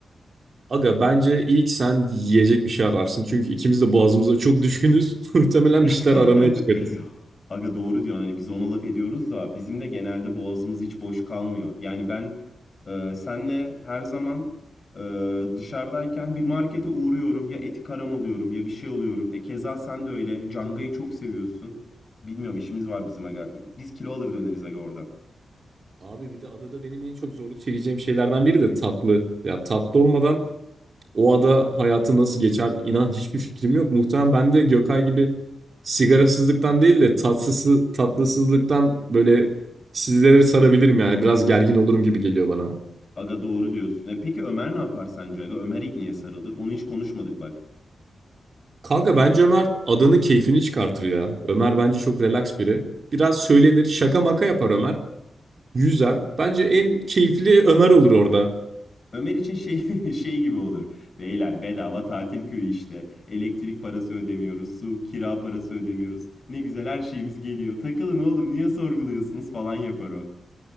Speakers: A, on the right; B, on the left.
A: Aga bence ilk sen yiyecek bir şey ararsın. Çünkü ikimiz de boğazımıza çok düşkünüz. <laughs> Muhtemelen
B: <laughs>
A: bir şeyler aramaya çıkarız.
B: Aga doğru diyorsun. Hani biz ona laf ediyoruz da bizim de genelde boğazımız hiç boş kalmıyor. Yani ben e, senle her zaman e, dışarıdayken bir markete uğruyorum. Ya eti karam alıyorum ya bir şey alıyorum. E keza sen de öyle. Canga'yı çok seviyorsun. Bilmiyorum işimiz var bizim aga. Biz kilo alır döneriz aga orada.
A: Abi bir de adada benim en çok zorluk çekeceğim şeylerden biri de tatlı. Ya tatlı olmadan O ada hayatı nasıl geçer inan hiçbir fikrim yok. Muhtemelen ben de Gökay gibi sigarasızlıktan değil de tatsızsı, tatlısızlıktan böyle sizlere sarabilirim yani. Biraz gergin olurum gibi geliyor bana.
B: Aga doğru diyorsun. E peki Ömer ne yapar sence aga? Ömer ilk niye sarılır? Onu hiç konuşmadık bak.
A: Kanka bence Ömer adanın keyfini çıkartır ya. Ömer bence çok relax biri. Biraz söylenir, şaka maka yapar Ömer. Yüzer. Bence en keyifli Ömer olur orada.
B: Ömer için şey <laughs> şey gibi olur. Beyler bedava tatil köyü işte. Elektrik parası ödemiyoruz, su, kira parası ödemiyoruz. Ne güzel her şeyimiz geliyor. Takılın oğlum niye sorguluyorsunuz falan yapar o.